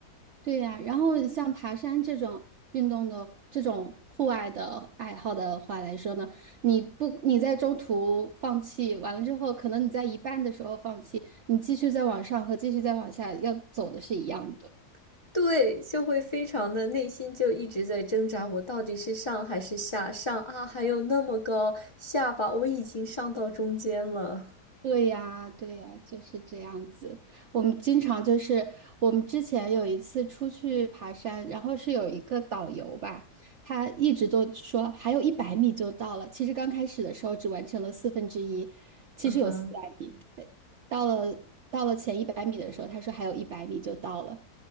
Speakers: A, on the right; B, on the left.
A: 对呀，然后你像爬山这种运动的这种户外的爱好的话来说呢，你不你在中途放弃完了之后，可能你在一半的时候放弃，你继续再往上和继续再往下要走的是一样的。
B: <laughs> 对，就会非常的内心就一直在挣扎，我到底是上还是下？上啊，还有那么高，下吧，我已经上到中间了。
A: 对呀，对呀，就是这样子。我们经常就是我们之前有一次出去爬山，然后是有一个导游吧，他一直都说还有一百米就到了。其实刚开始的时候只完成了四分之一，其实有四百米。
B: 嗯哼，
A: 呃到了到了前一百米的时候，他说还有一百米就到了，